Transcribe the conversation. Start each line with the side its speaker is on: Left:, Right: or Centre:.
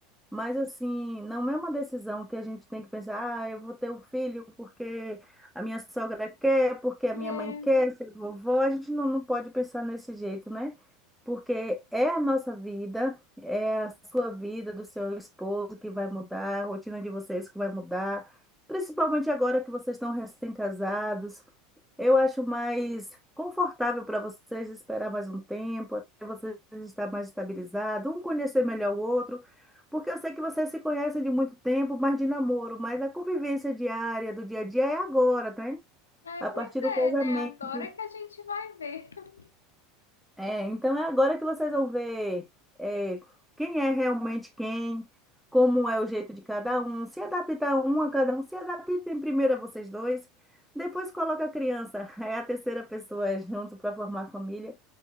Centre: Mas assim, não é uma decisão que a gente tem que pensar, ah, eu vou ter um filho porque a minha sogra quer, porque a
Left: É,
Centre: minha mãe quer, ser vovó. A gente não, não pode pensar nesse jeito, né? Porque é a nossa vida, é a sua vida, do seu esposo que vai mudar, a rotina de vocês que vai mudar, principalmente agora que vocês estão recém-casados. Eu acho mais confortável para vocês esperar mais um tempo, até vocês estar mais estabilizados, um conhecer melhor o outro, porque eu sei que vocês se conhecem de muito tempo, mas de namoro, mas a convivência diária, do dia a dia é agora, né?
Left: é,
Centre: A
Left: pois
Centre: partir
Left: é,
Centre: do casamento.
Left: né? Agora que a gente vai ver. <laughs>
Centre: É, então é agora que vocês vão ver é, quem é realmente quem, como é o jeito de cada um, se adaptar um a cada um, se adaptem primeiro a vocês dois, depois coloca a criança, <laughs> é a terceira pessoa junto para formar família,